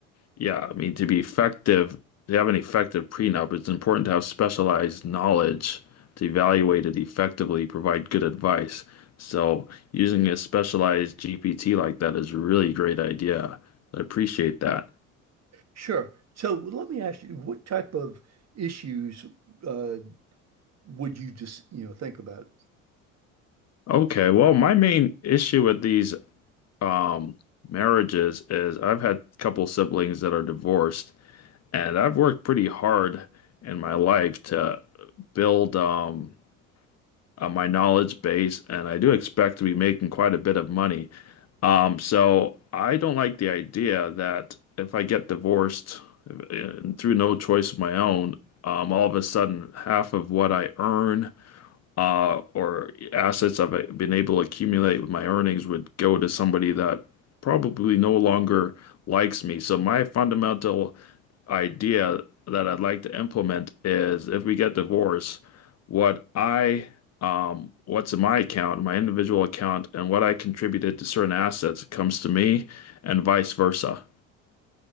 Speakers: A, on the left (about 40°); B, on the right (about 40°).
A: Yeah, I mean, to be effective, to have an effective prenup, it's important to have specialized knowledge to evaluate it effectively, provide good advice. So, using a specialized GPT like that is a really great idea. I appreciate that.
B: Sure. So let me ask you, what type of issues uh, would you just, you know, think about?
A: Okay, well, my main issue with these um, marriages is I've had a couple siblings that are divorced, and I've worked pretty hard in my life to build um, uh, my knowledge base, and I do expect to be making quite a bit of money. Um, so I don't like the idea that if I get divorced uh, through no choice of my own, um, all of a sudden half of what I earn uh, or assets I've been able to accumulate with my earnings would go to somebody that probably no longer likes me. So my fundamental idea that I'd like to implement is if we get divorced, what I um what's in my account, my individual account, and what I contributed to certain assets comes to me and vice versa.